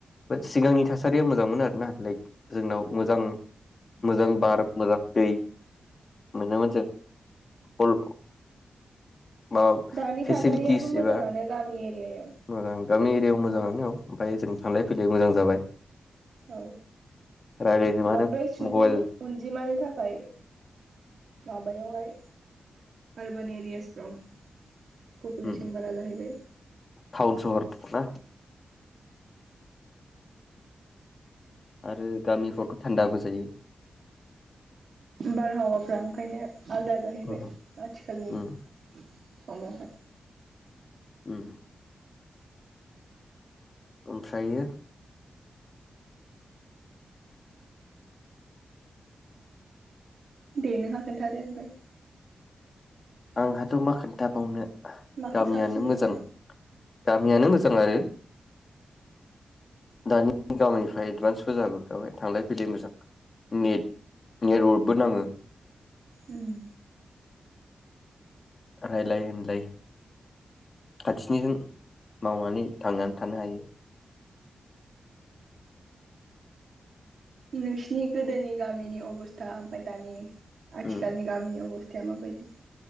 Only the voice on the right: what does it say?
दानि
थासारियाबो मोजाङानो
गामि एरियायाव।
औ
बांद्राय सुबुं
अनजिमानि थाखाय माबायावहाय urban areas from population
बारा जाहैबाय।
बारहावाफ्रा ओंखायनो आलादा जाहैबाय
आथिखालनि
समावहाय।
दे नोंहा खोन्थादो ओमफ्राय
माखौ
साबसिन मोनो
उम
नोंसिनि गोदोनि गामिनि अबस्था ओमफ्राय दानि आथिखालनि
गामिनि अबस थाया मा बायदि?